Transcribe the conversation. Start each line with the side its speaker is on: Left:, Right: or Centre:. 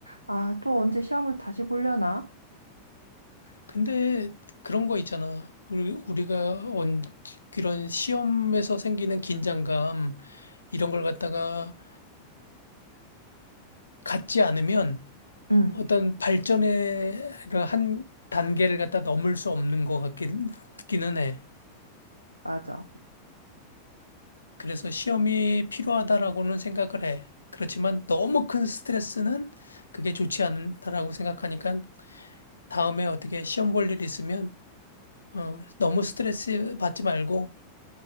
Right: 아, 또 언제 시험을 다시 보려나?
Left: 근데 그런 거 있잖아. 우리, 우리가 언, 그런 시험에서 생기는 긴장감, 이런 걸 갖다가 갖지 않으면
Right: 응,
Left: 어떤 발전의 그한 단계를 갖다 넘을 수 없는 것 같긴, 기는 해.
Right: 맞아.
Left: 그래서 시험이 필요하다라고는 생각을 해. 그렇지만 너무 큰 스트레스는 그게 좋지 않다라고 생각하니까 다음에 어떻게 시험 볼 일 있으면 어, 너무 스트레스 받지 말고